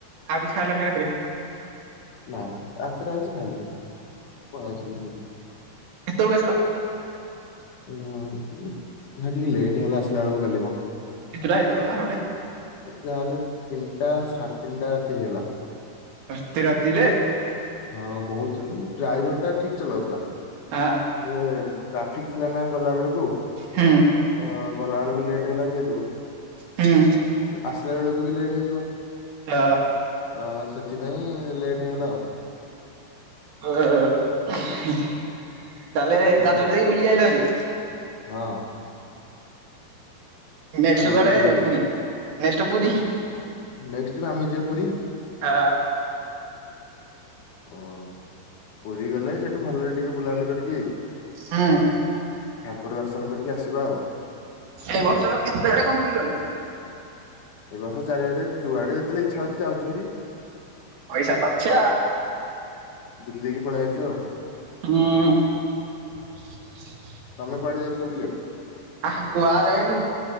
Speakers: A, on the right; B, on the left.
A: ଆଉ କିଛି ଖାଇଲନି ରାତିରେ?
B: ନା ରାତିରେ ଆଉ କିଛି ଖାଲି ପଳେଇ ଆସିଲୁ <unintelligible>
A: କେତେବେଳୁ ଆସିଲ?
B: ଉ ଭାଇ ଟିକେ ଲେଟ୍ ହେଲା ଆସିଲା ବେଳକୁ ଟିକେ ମ।
A: <unintelligible>
B: ଯାହାହେଲେ ତିନିଟା ସାଢେ ତିନିଟା ରାତି ହେଇଗଲା।
A: ଏତେ ରାତିରେ।
B: ହଁ ବୋହୁତ ଡ୍ରାଇଭର ଟା ଠିକ୍ ଚଲାଉଥିଲା।
A: ହଁ।
B: ଇଏ ଟ୍ରାଫିକ ଥିଲା ନା ଗଲା ବେଳକୁ।
A: ହଁ।
B: ହ ଗଲା ବେଳକୁ ଲେଟ୍ ହେଲା ଯେହେତୁ
A: ହଁ।
B: ଆସିଲା ବେଳକୁ ବି ଲେଟ୍ ହେଇଯିବ।
A: ହ
B: ହ ସେଥିପାଇଁ ଲେଟ୍ ହେଇଗଲା ଆଉ।
A: ଓ ତାହେଲେ <unintelligible>
B: ଆଉ କଣ
A: ଯାଇକି
B: କରିବା
A: ବୁଲିକି ଆଇିଲ ଭାରି।
B: ହଁ।
A: ନେକ୍ସଟ
B: କାଲି
A: କୁଆଡ଼େ
B: ବୁଲିଗଲୁ।
A: ପୁରୀ ନେକ୍ସଟ ପୁରୀ।
B: ନେଷ୍ଟ ଆମେ ଯିବା ପୁରୀ
A: ଆ
B: ହୁଁ। ପୁରୀ ଗଲେ ସେଇଠୁ ଭଲରେ ଟିକେ ବୁଲାବଲୁ କରିକି
A: ହଁ।
B: ଠାକୁର ଦର୍ଶନ କରିକି ଆସିବା ଆଉ।
A: ଏଇ ବର୍ଷ କେତେବେଳେ ବୁଲି <unintelligible>
B: ଏ ବର୍ଷ ଚାରିଆଡେ ଯୁଆଡେ ଯେତେବେଳେ ଇଚ୍ଛା ହେଉଛି ଯାଉଚି ଭାରୀ।
A: ପଇସା ତ ହିଁ।
B: ବୁଲିଦେଇକି ପଲେଇ ଆସିବ ଆଉ।
A: ହଁ।
B: ତମେ କୁଡେ ଯାଇଥିଲ ବୁଲିବାକୁ?
A: ଆ କୁହାଯାଇନୁ